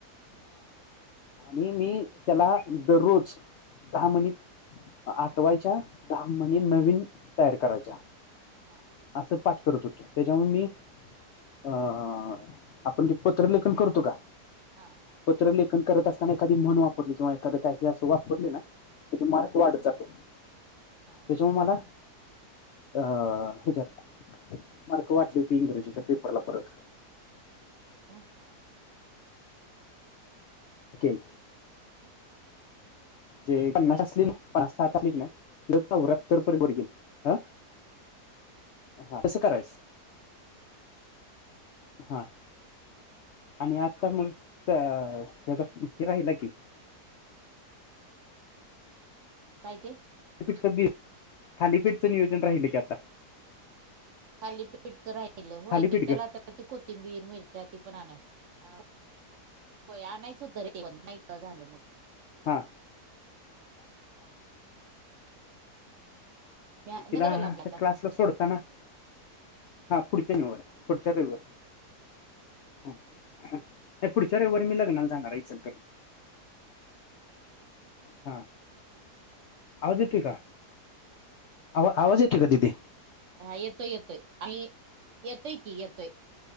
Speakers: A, on the right; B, on the left.
A: मग
B: आणि मी त्याला दररोज दहा मनी
A: हा
B: आठवायच्या दहा म्ह
A: हा
B: नवीन तयार करायच्या
A: हा
B: असं पाठ
A: हम्म
B: करत होतो त्याच्यामुळे मी
A: होय
B: ह आपण ते पत्रलेखन करतो का
A: हा
B: पत्र लेखन करत असताना एखादी मन वापरली जिंवा एखादं काही हे असं वापरले ना त्याचे मार्क
A: हम्म
B: वाढत जातो
A: हा
B: त्याच्यामुळे
A: हा
B: मला अ हच्यात मार्क वाटली होती इंग्रजीच्या पेपरला परत
A: होय ना हा हा हम्
B: ठीे
A: <inaudible>
B: जे पन्नास असली ना पन्कालीिक
A: सांगते आता
B: नाही तिथं च वक्तप बर गेल हा
A: हम्म
B: हा कसं करायच
A: हम्म
B: हा आणि आता मांग त <unintelligible> हे राहिल की
A: ह काय ते
B: थापीठच थालीपीठचं नियोजन राहिलं की आता
A: खाली पीठ तर राहिल हो
B: थालीपीठ
A: त्याला
B: ग
A: आता त कोथिंबीर मिरच्या ती पण आणा अ होय आणायच हो तर रे ते पण नाही झालं मग
B: हा
A: अ मी
B: तिला
A: नजरेला लावली आता
B: तर क्लासला सोडता ना हा पुढच्या नवार पुढच्या रविवार ह नाही पुढच्या रे वर मी लग्नाल सांणारचल हा आवाज येतोय का आवा आवाज येतोय का दीदी
A: हा येतोय येतोय आणि येतोय की येतोय